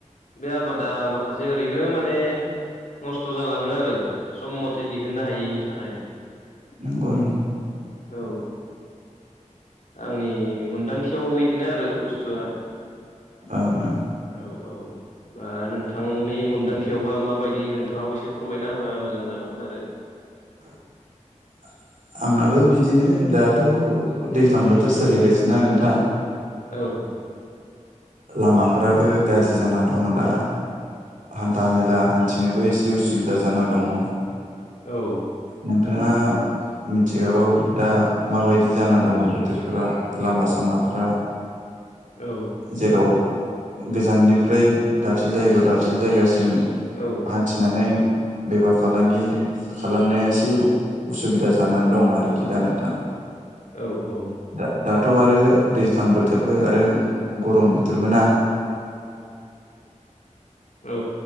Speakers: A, on the left; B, on the right.
A: बे आबादा माखासे ओरैनो माने नस्थ' जालाङो आरो सम मथे दिहुननो हायैनि थाखाय।
B: नंगौ नंगौ।
A: औ। आंनि मोनदांथियाव बिदिनो आरो बुस्थुआ।
B: ओ ओ।
A: औ औ। ओ नोंथांनि मोनदांथियावबा माबायदि नोंथाङाबो एसे फोरमायना होबा मोजां जागौमोन आरो।
B: औ। आंनाबो बिदिनो दाथ' दैज्लां बोथोर सोलिगासिनोना नोंथां।
A: औ।
B: लामाफोराबो गाज्रि जाना दङ दा। हान्था मेला हान्थिनोबो एसे उसुबिदा जाना दङ।
A: औ।
B: नोंथाङा मिथिखागौ दा माबायदि जाना दङ बोथोरफ्रा लामा सामाफ्रा।
A: औ।
B: जेराव गोजाननिफ्राय दाबसे जायगायाव दाबसे जायगासिम
A: औ।
B: हान्थिनानै बेफार फालांगि खालामनाया एसे उसुबिदा जानानै दं आरोखि दा नोंथाङा।
A: औ औ।
B: द दाथ' आरो दैज्लां बोथोरबो आरो गरम बोथोरबो ना।
A: औ।